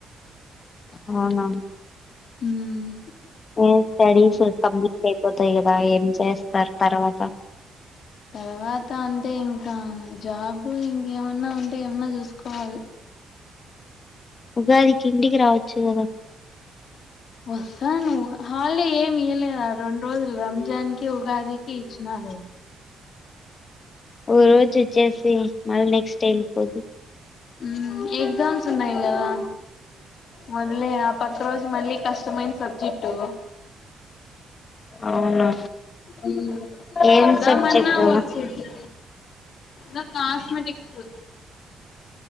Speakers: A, on the left (about 30°); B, on the left (about 55°).
A: అవునా
B: ఉమ్
A: హయ్యర్ స్టడీస్ కంప్లీట్ అయిపోతాయి గదా ఏం చేస్తారు తర్వాత?
B: తర్వాత అంటే ఇంకా జాబు ఇంకేమన్నా ఉంటే ఏమన్నా చూసుకోవాలి.
A: ఉగాదికి ఇంటికి రావచ్చు గదా
B: వస్తాను హాలిడే ఏమి ఇయలే రా రెండు రోజులు రంజాన్ కి ఉగాదికి ఇచ్చినార్ ఉమ్
A: ఒకరోజు వచ్చేసి మళ్ళీ నెక్స్ట్ డే వెళ్ళిపోదు.
B: ఊమ్ ఎగ్జామ్స్ ఉన్నాయి గదా మొదులే ఆప్ ఒక్కరోజు మళ్ళీ కష్టమైన సబ్జెక్టు
A: అవునా
B: హుమ్
A: ఏం
B: వద్దామన్నా
A: సబ్జెక్ట్
B: వచ్చిద్ది. నా కాస్మెటిక్స్